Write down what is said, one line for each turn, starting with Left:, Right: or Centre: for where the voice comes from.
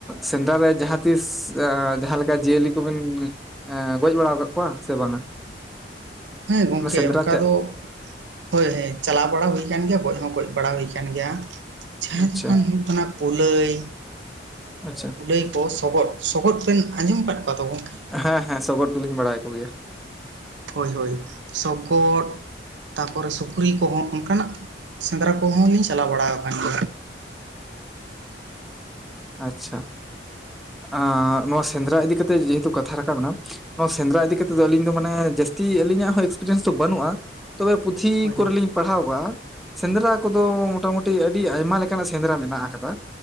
Centre: ᱥᱮᱸᱫᱽᱨᱟ ᱨᱮ ᱡᱟᱦᱟᱸ ᱛᱤᱥ ᱟ ᱡᱟᱦᱟᱸ ᱞᱮᱠᱟ ᱡᱤᱭᱟᱹᱞᱤ ᱠᱚᱵᱮᱱ ᱮᱸ ᱜᱚᱡ ᱵᱟᱲᱟᱣ ᱠᱟᱜ ᱠᱚᱣᱟ ᱥᱮ ᱵᱟᱝᱟ?
Right: ᱦᱮᱸ ᱜᱚᱝᱠᱮ
Centre: ᱚᱱᱟ ᱥᱮᱸᱫᱽᱨᱟ
Right: ᱚᱱᱠᱟ
Centre: ᱛᱮ
Right: ᱫᱚ ᱦᱳᱭ ᱦᱳᱭ ᱪᱟᱞᱟᱣ ᱵᱟᱲᱟ ᱦᱩᱭ ᱠᱟᱱ ᱜᱮᱭᱟ, ᱜᱚᱡ ᱦᱚᱸ ᱜᱚᱡ ᱵᱟᱲᱟ ᱦᱩᱭ ᱠᱟᱱ ᱜᱮᱭᱟ᱾ ᱡᱟᱦᱟᱸ
Centre: ᱟᱪᱪᱷᱟ
Right: ᱫᱚ ᱠᱷᱟᱱ ᱦᱩᱭᱩᱜ ᱠᱟᱱᱟ ᱠᱩᱞᱟᱹᱭ᱾
Centre: ᱟᱪᱪᱷᱟ
Right: ᱠᱩᱞᱟᱹᱭ ᱠᱚ ᱥᱚᱜᱚᱫ, ᱥᱚᱜᱚᱫ ᱵᱮᱱ ᱟᱸᱡᱚᱢ ᱟᱠᱟᱫ ᱠᱚᱣᱟ ᱛᱚ ᱜᱚᱝᱠᱮ?
Centre: ᱦᱮᱸ ᱦᱮᱸ ᱥᱚᱜᱚᱫ ᱫᱚᱞᱤᱧ ᱵᱟᱲᱟᱭ ᱠᱚᱜᱮᱭᱟ᱾
Right: ᱦᱳᱭ ᱦᱳᱭ ᱥᱚᱠᱚᱫ ᱛᱟᱯᱚᱨᱮ ᱥᱩᱠᱨᱤ ᱠᱚᱦᱚᱸ ᱚᱱᱠᱟᱱᱟᱜ ᱥᱮᱸᱫᱽᱨᱟ ᱠᱚᱦᱚᱸ ᱞᱤᱧ ᱪᱟᱞᱟᱣ ᱵᱟᱲᱟᱣ ᱠᱟᱱ ᱜᱮᱭᱟ᱾
Centre: <inaudible> ᱟᱪᱪᱷᱟ᱾ ᱟᱸ ᱱᱚᱣᱟ ᱥᱮᱸᱫᱽᱨᱟ ᱤᱫᱤ ᱠᱟᱛᱮᱜ ᱡᱮᱦᱮᱛᱩ ᱠᱟᱛᱷᱟ ᱨᱟᱠᱟᱵ ᱮᱱᱟ᱾ ᱱᱚᱣᱟ ᱥᱮᱸᱫᱽᱨᱟ ᱤᱫᱤ
Right: ᱦᱳᱭ
Centre: ᱠᱟᱛᱮ
Right: ᱦᱳᱭ
Centre: ᱫᱚ ᱟᱹᱞᱤᱧ ᱫᱚ ᱢᱟᱱᱮ ᱡᱟᱹᱥᱛᱤ ᱟᱹᱞᱤᱧᱟᱜ ᱦᱚᱸ ᱮᱠᱥᱯᱮᱨᱤᱭᱮᱱᱥ ᱫᱚ ᱵᱟᱹᱱᱩᱜ-ᱟ᱾ ᱛᱚᱵᱮ ᱯᱩᱛᱷᱤ
Right: ᱦᱳᱭ
Centre: ᱠᱚᱨᱮ ᱞᱤᱧ ᱯᱟᱲᱦᱟᱣ ᱠᱟᱜ-ᱟ᱾ ᱥᱮᱸᱫᱽᱨᱟ ᱠᱚᱫᱚ ᱢᱚᱴᱟᱢᱩᱴ ᱴᱤ ᱟᱹᱰᱤ ᱟᱭᱢᱟ ᱞᱮᱠᱟᱱᱟᱜ ᱥᱮᱸᱫᱽᱨᱟ ᱢᱮᱱᱟᱜ ᱟᱠᱟᱫᱟ